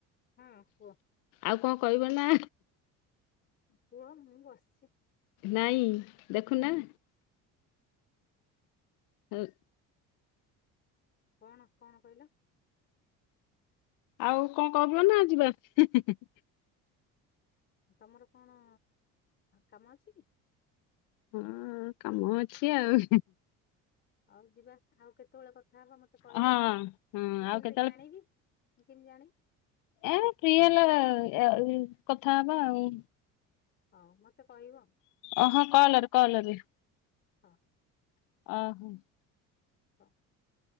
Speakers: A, on the left (about 35°); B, on the left (about 80°).
A: ହଁ କୁଅ?
B: ଆଉ କଁ କଇଁବନା
A: କୁଅ ମୁଁ ବସିଚି।
B: ନାଇଁ ଦେଖୁନା? ହୋ
A: କଣ କଣ କଇଁଲ?
B: ଆଉ କଣ କରିବନା ଯିବା ହୁ ହୁ?
A: ତମର କଣ କାମ ଅଛିକି?
B: ହଁ କାମ ଅଛି ଆଉ।
A: ହଉ ଯିବା ଆଉ କେତେବେଳେ କଥା ହବା ମତେ କହିବ
B: ହଁ
A: ହୁଁ ମୁଁ
B: ହଁ ଆଉ
A: କେମିତି
B: କେତେବେଳେ
A: ଜାଣିବି ମୁଁ କେମତି ଜାଣି
B: ଏ ଫ୍ରିହେଲେ ଏ କଥା ହବା ଆଉ।
A: ହଉ ମତେ କହିବ?
B: ଓହୋ କଲରେ କଲରେ?
A: ହଁ।
B: <unintelligible>
A: <unintelligible>